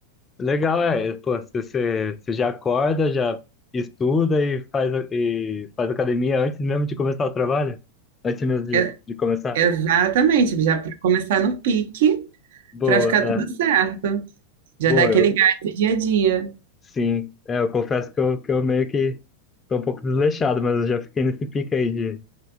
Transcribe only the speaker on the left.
Legal, é. Pô, você, você você já acorda, já estuda e faz, e faz academia antes mesmo de começar o trabalho? Antes mesmo de,
de começar?
Boa,
é.
Boa,
eu,
sim. É, eu confesso que eu, que eu meio que tô um pouco desleixado, mas eu já fiquei nesse pique aí de,